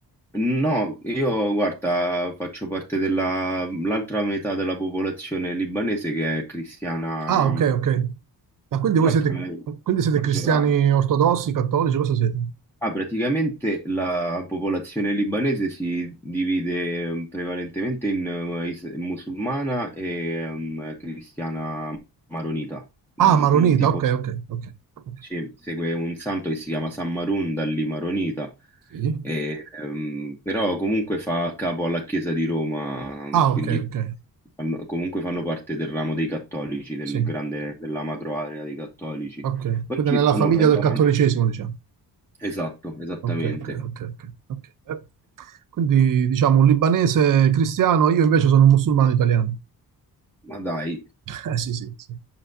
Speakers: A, in the centre; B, on the right (about 55°).
A: No, io guarda, faccio parte della l'altra metà della popolazione libanese che è cristiana,
B: Ah, ok, ok. Ma quindi
A: l'altra
B: voi siete, quindi siete
A: maggioranza.
B: cristiani ortodossi, cattolici, cosa siete?
A: Ah, praticamente la popolazione libanese si divide eh, prevalentemente in eh, is- musulmana e ehm, cristiana maronita. È
B: Ah,
A: un,
B: maronita,
A: un tipo
B: ok, ok, ok. ok.
A: ci segue un santo che si chiama San Marun, da lì maronita,
B: Sì.
A: e, ehm, però comunque fa capo alla Chiesa di Roma,
B: Ah,
A: quindi
B: ok, ok.
A: fanno- comunque fanno parte del ramo dei cattolici, del
B: Sì.
A: grande, della macro area dei cattolici.
B: Ok,
A: Poi
B: quindi
A: ci
B: nella
A: sono
B: famiglia
A: però
B: del cattolicesimo,
A: anche...
B: diciamo.
A: Esatto, esattamente.
B: Ok, ok, ok, ok. ok. Eh, Quindi, diciamo, un libanese cristiano, io invece sono un musulmano italiano.
A: Ma dai,
B: Eh, sì, sì, sì.